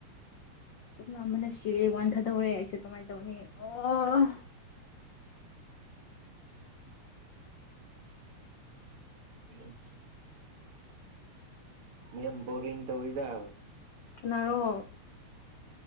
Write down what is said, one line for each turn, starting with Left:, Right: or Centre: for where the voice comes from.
Left: ꯆꯛꯂꯥꯝꯕꯅ ꯁꯤꯔꯦ ꯋꯥꯟꯊꯥꯗꯧꯔꯦ ꯑꯩꯁꯦ ꯀꯃꯥꯏꯅ ꯇꯧꯅꯤ ꯑꯣ
Right: ꯎꯝ ꯃꯦꯝ ꯕꯣꯔꯔꯤꯡ ꯇꯧꯌꯤꯗ
Left: ꯀꯅꯔꯣ